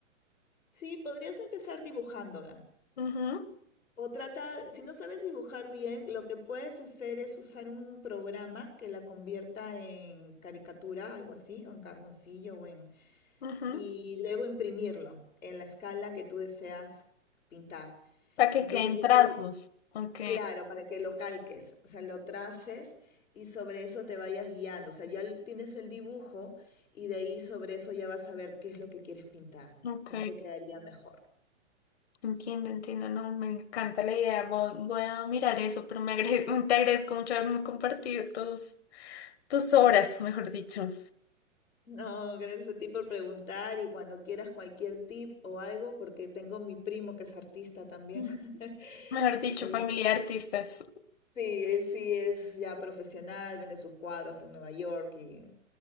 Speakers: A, on the left (about 85°); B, on the left (about 50°).
A: Sí, podrías empezar dibujándola.
B: Ujú,
A: O trata, si no sabes dibujar bien, lo que puedes hacer es usar un programa que la convierta en caricatura, algo así, o en carboncillo, o en,
B: ujú.
A: y luego imprimirlo en la escala que tú deseas pintar.
B: Para que
A: Entonces
B: queden
A: eso,
B: trazos. Ok,
A: claro, para que lo calques, o sea, lo traces y sobre eso te vayas guiando. O sea, ya l- tienes el dibujo y de ahí sobre eso ya vas a ver qué es lo que quieres pintar,
B: ok,
A: con qué quedaría mejor.
B: Entiendo, entiendo, no, me encanta la idea, voy, voy a mirar eso, pero me agre- <laughs> te agradezco mucho haberme compartido tus, tus obras, mejor dicho.
A: No, gracias a ti por preguntar y cuando quieras cualquier tip o algo, porque tengo mi primo que es artista también.
B: Ujú.
A: <laughs>
B: Mejor dicho,
A: Él-
B: familia de artistas.
A: sí, él sí es ya profesional, vende sus cuadros en Nueva York y